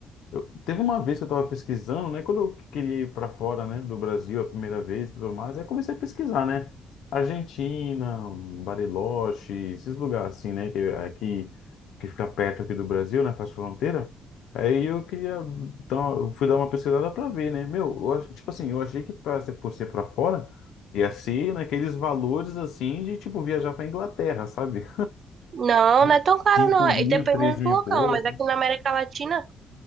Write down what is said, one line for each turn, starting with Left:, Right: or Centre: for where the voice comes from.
Left: Eu, teve uma vez que eu estava pesquisando, né? Quando eu queria ir para fora, né, do Brasil a primeira vez e tudo mais, aí comecei a pesquisar, né? Argentina, Bariloche, esses lugares assim, né? Que, aqui, que fica perto aqui do Brasil, né? Faz fronteira. Aí eu queria, então, eu fui dar uma pesquisada para ver, né? Meu, eu ach- tipo assim, eu achei que pra, ser- por ser para fora, ia ser naqueles valores assim de, tipo, viajar para Inglaterra, sabe?
Right: Não,
Left: <laughs>
Right: não é tão caro
Left: cinco
Right: não.
Left: mil,
Right: E depende
Left: três mil
Right: do local,
Left: e pouco.
Right: mas aqui na América Latina,